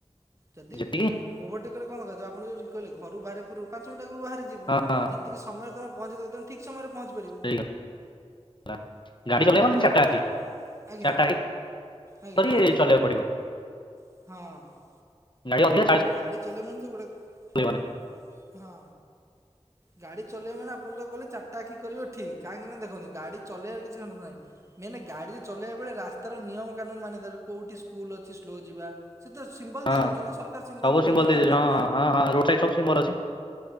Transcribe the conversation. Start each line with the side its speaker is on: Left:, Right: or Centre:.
Right: ଯଦି
Left: ଯେତିକି
Right: ଦଁ ଓଭରଟେକ୍ କରିବା କଁ ଦକାରେ ଯ ଆପଣ ଯୋଉ ଠିକ୍ କହିଲେ ଘରୁ ବାହାରିବା ପୂର୍ବୁରୁ ପାଞ୍ଚ ମିଣ୍ଟି ଆଗୁରୁ ବାହାରି ଯିବ।
Left: ହଁ
Right: ଯେତିକି ସମୟରେ ତମେ ପହଞ୍ଚିବା ଦକାରେ ତମେ ଠିକ୍ ସମୟରେ ପହଞ୍ଚି ପାରିବ।
Left: <unintelligible> ଗାଡି ଚଲେଇବ ମାନେ
Right: ଆପଣ
Left: ଚାରିଟା ଆଖି
Right: ଆଜ୍ଞା
Left: ଚାରିଟା ଆଖି
Right: ଆଜ୍ଞା
Left: କରିକି
Right: ହଁ
Left: ଚଲେଇଆକୁ ପଡିବ।
Right: ହଁ।
Left: <unintelligible>
Right: ଗାଡି ଚଲେଇବୁ ମାନେ ସବୁ ଗୋଟେ
Left: ଚଲେଇବନି
Right: ହଁ। ଗାଡି ଚଲେଇବ ମାନେ ଆପଣ ଯୋଉ କହିଲେ ଚାରିଟା ଆଖି କରିବ ଠିକ୍ କାହିଁକି ନା ଦେଖନ୍ତୁ ଗାଡି ଚଲେଇବାରେ କିଛି <unintelligible> ନାଇଁ ମେନେ ଗାଡିରେ ଚଲେଇବା ବେଳେ ରାସ୍ତାର ନିୟମ କାନୁନ୍ ମାନିବା ଧର କୋଉଠି ସ୍କୁଲ୍ ଅଛି ସ୍ଲୋ ଯିବା। ସିଏ ତ ସିମ୍ବଲ୍
Left: ହଁ
Right: ଦେଇ ଦେଉଛନ୍ତି ନା ସରକାର ସିମ୍ବଲ୍
Left: ସବୁ
Right: ଦେଇ
Left: ସିମ୍ବଲ
Right: ଦେଇଛନ୍ତି
Left: ଦେଇଦେଇଛି
Right: ଯାହାଫଳରେ
Left: ହଁ
Right: ତୁମେ
Left: ହଁ ହଁ ରୋଡ ସାଇଟ୍ ସବୁ ସିମ୍ବଲ୍ ଅଛି।